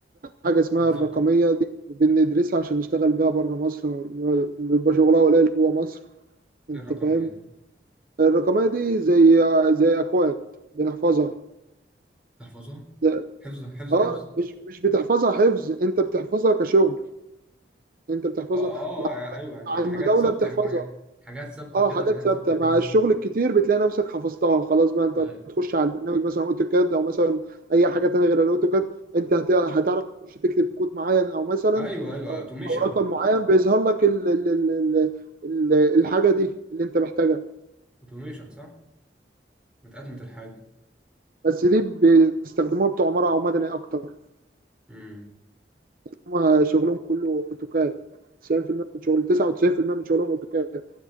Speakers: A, on the right; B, in the centre.
A: حاجه اسمها
B: بالظبط
A: الرقميه دي بندرسها عشان نشتغل بيها بره مصر ما- بيبقى شغلها قليل جوه مصر انت
B: إيه الرقميه
A: فاهم
B: دي
A: الرقميه دي زي زي اكواد بنحفظها
B: تحفظها
A: ده-
B: حفظ حفظ
A: اه
B: حفظ
A: مش مش بتحفظها حفظ انت بتحفظها كشغل انت بتحفظها
B: اه اه
A: مع
B: آه، يعني ايوه يعني
A: مع المداوله
B: حاجات ثابته
A: بتحفظها
B: حاجه حاجات ثابته
A: اه
B: كده
A: حاجات
B: حاجات
A: ثابته
B: ثابته كده
A: مع الشغل الكتير بتلاقي نفسك حفظتها خلاص بقى انت
B: أي-
A: تخش على البرنامج مثلا اوتوكاد او مثلا اي حاجه تانية غير الاوتوكاد انت هت- هتعرف تخش تكتب كود معين او مثلا
B: ايوه ايوه
A: او
B: اوتوميشن
A: او رقم معين بيظهر لك ال ال ال ال ال الحاجه دي اللي انت محتاجها
B: اوتوميشن صح متأتمة الحاجه
A: بس دي بيستخدموها بتوع عماره او مدني اكتر
B: امم
A: هم شغلهم كله اوتوكاد 90% من شغل 99% من شغلهم اوتوكاد